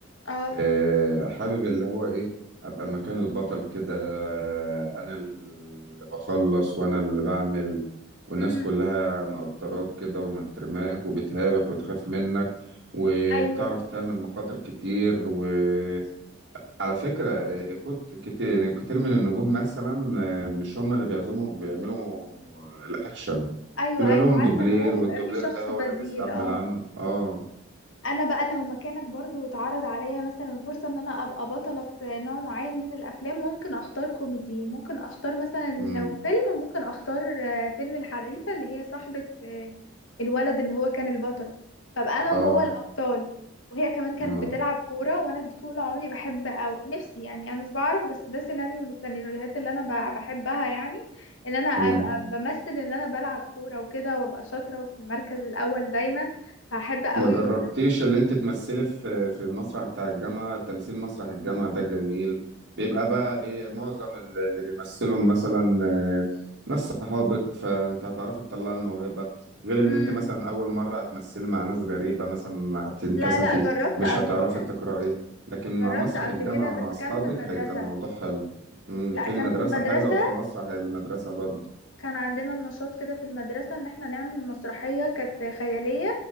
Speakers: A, on the left (about 70°); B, on the right (about 60°).
A: اه
B: آه، حابب اللي هو ايه ابقى مكان البطل كده آه، انا اللي بخلص وانا اللي بعمل والناس
A: امم
B: كلها مقدراك كده ومحترماك وبتهابك وتخاف منك وبتعرف
A: ايوه
B: تعمل مخاطر كتير وعلى فكرة آه، كت... كتير كتير من النجوم مثلا آه، مش هم اللي بيعزموا بيعملوا الأكشن
A: ايوه
B: بيبقى
A: ايوه
B: لهم
A: عارفه
B: دوبلير
A: ان هو بيبقى
B: والدوبلير
A: فيه شخص
B: ده هو
A: بديل
B: اللي بيستحمل
A: اه
B: عنه اه
A: انا بقى لو مكانك برضو واتعرض عليا مثلا فرصة ان انا ابقى بطلة في نوع معين من الافلام ممكن اختار كوميدي وممكن اختار مثلا لو
B: امم
A: فيلم ممكن اختار آه، فيلم الحريفة اللي هي صاحبة آه، الولد اللي هو كان البطل فبقى انا
B: اه
A: وهو الابطال وهي كمان كانت
B: اه
A: بتلعب كورة وانا طول عمري بحب او نفسي يعني انا مش بعرف بس ده سيناريو من السيناريوهات اللي انا ب- بحبها يعني ان انا ابقى
B: امم
A: بمثل ان انا بلعب كورة وكده وابقى شاطرة وفي المركز الاول دايما فهحب قوي
B: ما جربتيش اللي انت تمثلي في في المسرح بتاع الجامعة تمثيل مسرح الجامعة ده جميل بيبقى بقى ايه معظم ال- اللي بيمثلهم مثلا آه، ناس صحابك فانت هتعرفي تطلعي الموهبة غير اللي
A: مم.
B: انت مثلا اول مرة هتمثلي مع ناس غريبة مثلا هتنكسفي
A: لا لا جربت
B: مش
A: قبل
B: هتعرفي
A: كده
B: تقرأي لكن
A: جربت
B: مع مسرح
A: قبل
B: الجامعة
A: كده بس
B: مع اصحابك
A: كان في المدرسة
B: هيبقى الموضوع حلو مم،
A: لا
B: في
A: كان
B: المدرسة
A: في المدرسة
B: حلو او في مسرح المدرسة برضه
A: كان عندنا النشاط كده في المدرسة ان احنا نعمل مسرحية كانت خيالية